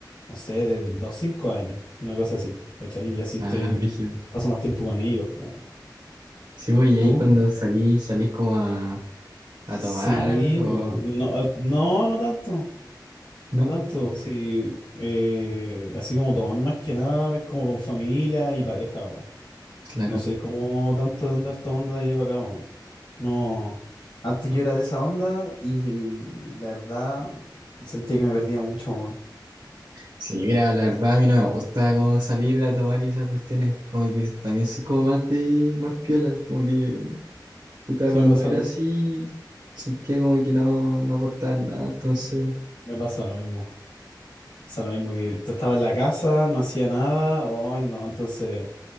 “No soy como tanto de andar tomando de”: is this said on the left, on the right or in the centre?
Left